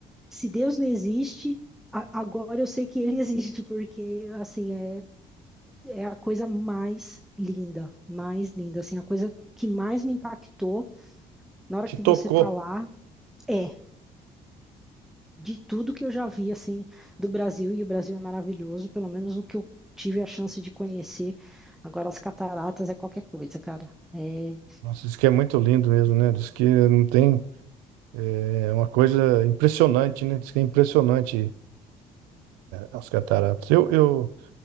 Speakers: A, in the centre; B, on the right.
A: se Deus não existe, a- agora eu sei que ele <laughs> existe, porque assim, é, é a coisa mais linda, mais linda, assim, a coisa que mais me impactou na hora
B: Te
A: que
B: tocou.
A: você tá lá. É, de tudo que eu já vi assim do Brasil e o Brasil é maravilhoso, pelo menos o que eu tive a chance de conhecer. Agora as cataratas é qualquer coisa, cara. É,
B: Nossa, isso que é muito lindo mesmo, né? Diz que não tem. É uma coisa impressionante, né? Diz que é impressionante as cataratas. Eu, eu,